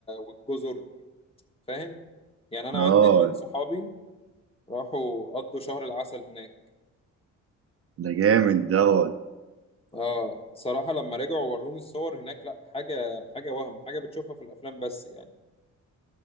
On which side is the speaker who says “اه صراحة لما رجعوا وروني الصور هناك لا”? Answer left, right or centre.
Left